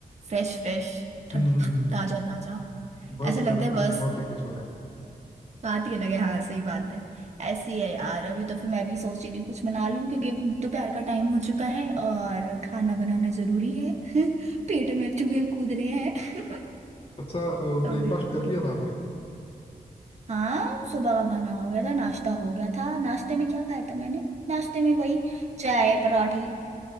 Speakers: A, on the right; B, on the left.
A: Fresh fresh
B: हम्म
A: ताजा
B: हम्म हम्म।
A: ताजा
B: बस
A: ऐसा लगता
B: यार उसकी
A: है बस
B: बात ही कुछ हो रहा है
A: बात ही अलग है हाँ सही बात है ऐसी है यार अभी तो फिर मैं भी सोच ही रही हूँ कुछ बना लूँ क्योंकि दोपहर का टाइम हो चुका है और खाना बनाना जरूरी है <laughs> पेट में चूहे कूद रहे हैं <laughs>
B: अच्छा
A: तो
B: ब्रेकफास्ट
A: वैसे
B: कर लिया था आपने
A: हाँ सुबह का खाना हो गया था नाश्ता हो गया था नाश्ते में क्या खाया था मैंने नाश्ते में वही चाय पराठी